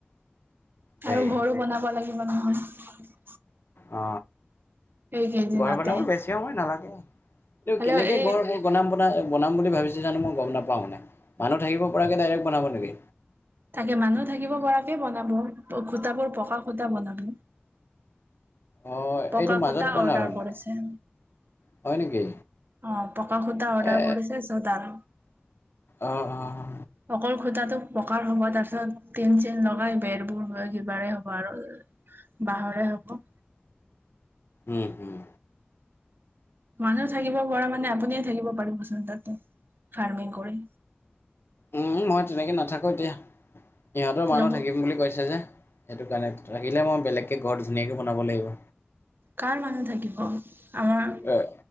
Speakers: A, on the left (about 65°); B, on the right (about 55°).
A: দেই
B: আৰু ঘৰু বনাব লাগিব নহয়।
A: অ
B: এইকেইদিনতে
A: ঘৰ বনাব বেছি সময় নালাগে এইটো
B: হ'লেও
A: কেনেকে
B: এই
A: ঘৰ বনাম বন। বনাম বুলি ভাবিছছে জানো মই গম নাপাওঁ মানে মানুহ থাকিব পৰাকৈ ডাইৰেক্ট বনাব নেকি?
B: তাকে মানুহ থাকিব পৰাকে বনাব খোটাবোৰ পকা খোটা বনাব।
A: অঁ
B: পকা
A: এইটো মাজত
B: খোটা
A: বনাব
B: অৰ্ডাৰ
A: নেকি
B: কৰিছে
A: হয় নেকি
B: অ পঁকা খোটা অৰ্ডাৰ
A: এ
B: কৰিছে ছডাল
A: অঁ অঁ
B: অকল খোটা তাতো পঁকাৰ হ'ব তাৰ পিছত টিন চিন লগাই বেৰবোৰ হয় কিবাৰে হ'ব আৰু বাঁহৰে হব
A: উম হুম।
B: মানুহ থাকিব পৰা মানে আপুনিয়ে থাকিব পাৰিবচোন তাতে ফাৰ্মিং কৰি।
A: উ মই তেনেকে নাথাকো এতিয়া ইিহঁতৰ মানুহ
B: লগত
A: থাকিম বুলি কৈছে যে সেইটো কাৰণে। ৰাখিলে মই বেলেগকৈ ঘৰ ধুনীয়াকৈ বনাব লাগিব।
B: কাৰ মানুহ থাকিব আমাৰ
A: অঁ